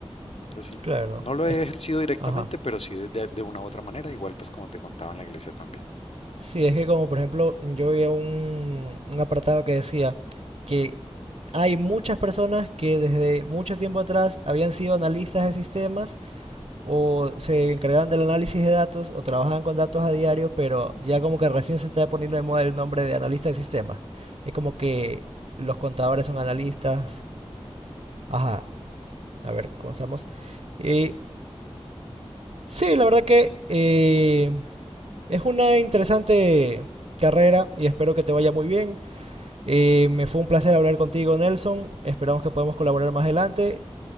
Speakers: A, on the left; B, on the right.
A: Entonces sí,
B: claro.
A: no lo he ejercido directamente,
B: Ajá.
A: pero sí de, de- una u otra manera, igual pues como te contaba en la iglesia también.
B: Sí, es que como por ejemplo, yo vi un, un apartado que decía que hay muchas personas que desde mucho tiempo atrás habían sido analistas de sistemas o se encargaban del análisis de datos o trabajaban con datos a diario, pero ya como que recién se está poniendo de moda el nombre de analista de sistemas. Es como que los contadores son analistas. Ajá, a ver, comenzamos. Y sí, la verdad que eh, es una interesante carrera y espero que te vaya muy bien. Eh, me fue un placer hablar contigo, Nelson. Esperamos que podamos colaborar más adelante